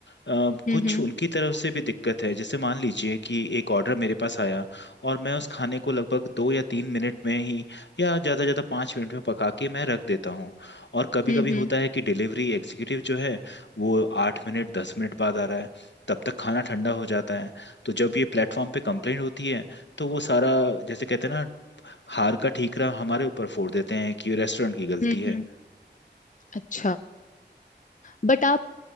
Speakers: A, on the left (about 75°); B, on the left (about 45°).
A: अ, कुछ
B: हम्म हम्म
A: उनकी तरफ से भी दिक्कत है जैसे मान लीजिए कि एक ऑर्डर मेरे पास आया और मैं उस खाने को लगभग दो या तीन मिनट में ही या ज़्यादा से ज़्यादा पाँच मिनट में पका के मैं रख देता हूँ और कभी
B: हम्म
A: कभी
B: हम्म
A: होता है कि डिलीवरी एग्जीक्यूटिव जो है वो आठ मिनट दस मिनट बाद आ रहा है तब तक खाना ठंडा हो जाता है तो जब ये प्लेटफॉर्म पे कंप्लेंट होती है तो वो सारा जैसे कहते हैं ना हार का ठीकरा हमारे ऊपर फोड़ देते हैं कि रेस्टोरेंट की गलती
B: हम्म
A: है
B: हम्म, अच्छा बट आप